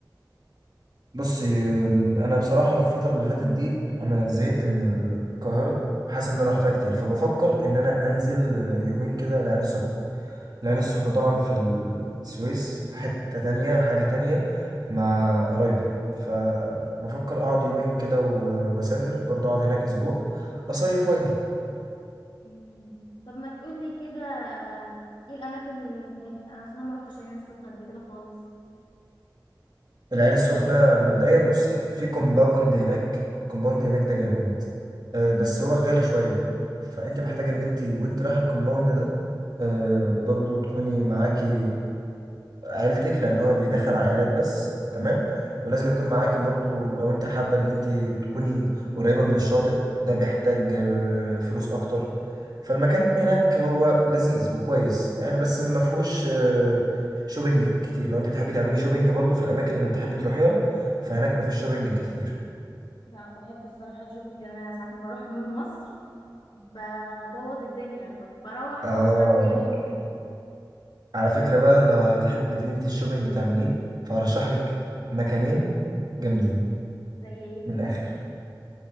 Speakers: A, on the right; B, on the left.
A: بص أم، انا بصراحه الفتره اللي فاتت دي انا زهقت من القاهره حاسس ان انا رحتها كتير فبفكر ان انا انزل آه، يومين كده العين السخنه العين السخنه طبعا في السويس حته تانية حاجه تانية مع قرايبي فبفكر اقعد يومين كده و- واسافر برضه اقعد هناك اسبوع اصيف واجي
B: مم. طب ما تقولي كده آه، ايه الاماكن اللي هناك انا اصلا ما رحتش العين السخنه قبل كده خالص
A: العين السخنة مبدئيا بصي في كومباوند هناك كومباوند هناك ده جامد أه بس هو غالي شوية فأنت محتاجة إن أنت وأنت رايحة الكومباوند ده أه برضو تكوني معاكي عيلتك لان هو بيدخل عائلات بس تمام ولازم يكون معاكي برضو لو انت حابة ان انت تكوني قريبة من الشاطئ ده بيحتاج آه، فلوس اكتر فالمكان هناك هو لذيذ وكويس يعني بس ما فيهوش آه، شوبينج كتير لو انت بتحبي تعملي شوبينج برضو في الاماكن اللي بتحبي تروحيها فهناك ما فيش شوبينج كتير
B: لا بحب الصراحه الشوبنج انا ساعات ما بروح مول مصر ببوظ الدنيا ب- بروح
A: اه
B: بعشرة جنيه ممكن
A: على فكرة بقى لو هتحبي ان انت الشوبينج تعمليه فهرشح لك مكانين جامدين
B: زي ايه
A: من الاخر